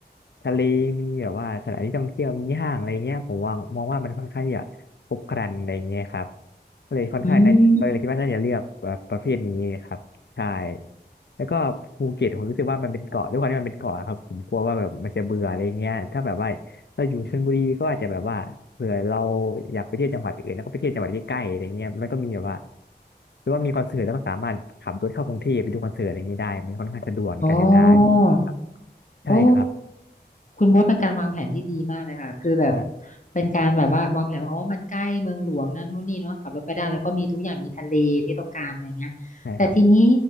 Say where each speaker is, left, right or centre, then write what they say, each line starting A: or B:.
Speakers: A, on the left (about 75°); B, on the left (about 45°).
A: ทะเลมีแบบว่าสถานที่ท่องเที่ยวมีห้างอะไรเงี้ยผมว่ามองว่ามันค่อนข้างที่จะครบครันอะไรเงี้ยครับก็เลยค่อนข้างน่าก็เลยคิดว่าน่าจะเลือกแบบประเภทนี้ครับใช่
B: อืม
A: แล้วก็ภูเก็ตผมรู้สึกว่ามันเป็นเกาะด้วยความที่มันเป็นเกาะครับผมกลัวว่าแบบมันจะเบื่ออะไรเงี้ยถ้าแบบว่า เราอยู่ชลบุรีก็อาจจะแบบว่าเผื่อเราอยากไปเที่ยวจังหวัดอื่นแล้วก็ไปเที่ยวจังหวัดใกล้ๆอะไรเงี้ยมันก็มีแบบว่าหรือว่ามีคอนเสิร์ตแล้วก็สามารถขับรถเข้ากรุงเทพไปดูคอนเสิร์ตอะไรเงงี้ยได้มันค่อนข้างสะดวกในการเดินทาง
B: โอ้
A: ครับใช่ครับ
B: โอ้ คุณโบ๊ทเป็นการวางแผนที่ดีมากเลยค่ะ คือแบบ
A: ใช่
B: เป็นการแบบว่าวางแผนว่าอ๋อมันใกล้เมืองหลวงนั่นนู่นนี่เนาะขับรถไปได้แล้วก็มีทุกอย่างมีทะเลที่ต้องการอะไรเงี้ยแต่ทีนี้
A: ใช่ครับ